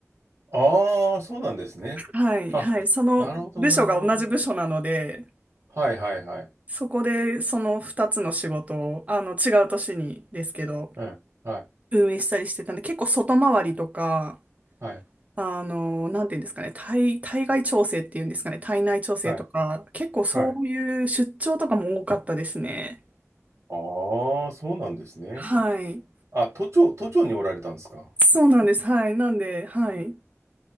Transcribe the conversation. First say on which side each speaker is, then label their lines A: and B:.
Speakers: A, on the right (about 65°); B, on the right (about 30°).
A: ああ、そうなんですね。
B: はい、
A: あ、
B: はい。その部署が同じ部署なので、
A: なるほど、なるほど。はい、はい、はい。
B: そこでその2つの仕事を、あの、違う年にですけど、
A: うん、はい、
B: 運営したりしてたんで、結構外回りとか、
A: はい、
B: あの、なんていうんですかね、対、対外調整っていうんですかね、体内調整とか、
A: はい、
B: 結構そういう出張とかも多かったですね。
A: はい。ああ、そうなんですね。
B: はい。
A: あ、都庁、都庁におられたんですか。
B: そうなんです。はい。なんで、はい。